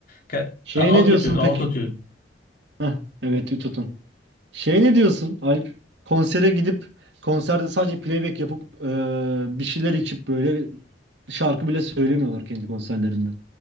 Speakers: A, on the left; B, on the right.
A: Ke-
B: Şeye
A: Ha, autotune
B: ne diyorsun
A: autotune.
B: peki? Heh, evet tutun. Şeye ne diyorsun Alp? Konsere gidip konserde sadece playback yapıp eee, bir şeyler içip böyle şarkı bile söylemiyorlar kendi konserlerinde.